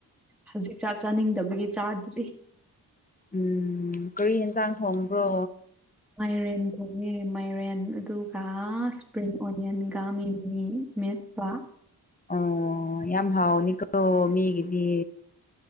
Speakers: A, in the centre; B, on the left.
A: ꯍꯧꯖꯤꯛ ꯆꯥꯛ ꯆꯥꯅꯤꯡꯗꯕꯒꯤ ꯆꯥꯗ꯭ꯔꯤ
B: ꯎꯝ ꯀꯔꯤ ꯌꯦꯟꯁꯥꯡ ꯊꯣꯡꯕ꯭ꯔꯣ
A: ꯃꯥꯏꯔꯦꯟ ꯊꯣꯡꯉꯦ ꯃꯥꯏꯔꯦꯟ ꯑꯗꯨꯒ ꯏꯁꯄ꯭ꯔꯤꯡ ꯑꯣꯅꯤꯌꯟꯒ ꯏꯡꯉ ꯃꯦꯠꯄ
B: ꯑꯣ ꯌꯥꯝ ꯍꯥꯎꯅꯤ ꯀꯣ ꯃꯤꯒꯤꯗꯤ